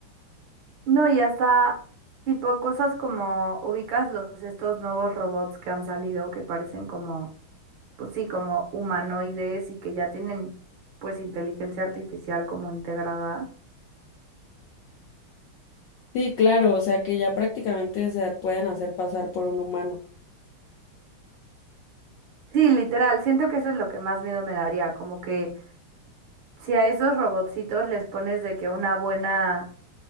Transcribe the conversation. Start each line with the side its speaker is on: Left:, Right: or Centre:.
Right: No, y hasta... Tipo cosas como ubicas los estos nuevos robots que han salido que parecen como pues sí, como humanoides y que ya tienen pues inteligencia artificial como integrada.
Left: Sí, claro, o sea, que ya prácticamente se pueden hacer pasar por un humano.
Right: Sí, literal, siento que eso es lo que más miedo me daría, como que si a esos robotcitos les pones de que una buena